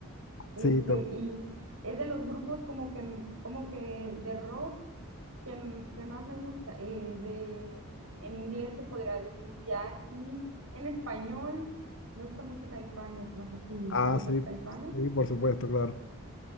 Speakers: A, on the right; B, on the left.
A: este,
B: sí, to-
A: y es de los grupos como que, m- como que de rock que, m- que más me gusta, eh, de, en inglés se podría decir ya aquí, en español me gusta mucho Caifanes, no sé si
B: ah,
A: ubicas
B: sí,
A: a Caifanes.
B: sí, por supuesto, claro.